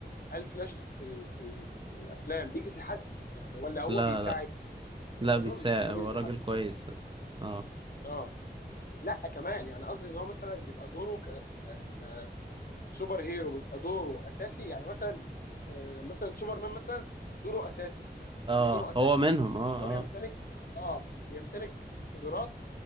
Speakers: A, on the left; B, on the right.
A: هل فلاش في ال... في ال... في الافلام بيأذي حد يعني ولا هو
B: لا
A: بيساعد
B: لا لا
A: ما
B: بيساعد
A: اظنش ان هو
B: هو
A: بيأذي
B: راجل
A: حد
B: كويس اه
A: اه لا كمان يعني قصدي ان هو مثلا بيبقى دوره ك... ك... كسوبر هيرو بيبقى دوره اساسي يعني مثلا آه مثلا سوبرمان مثلا دوره اساسي
B: اه
A: يعني ايه دوره اساسي
B: هو منهم اه
A: يعني هو بيمتلك
B: اه
A: اه بيمتلك قدرات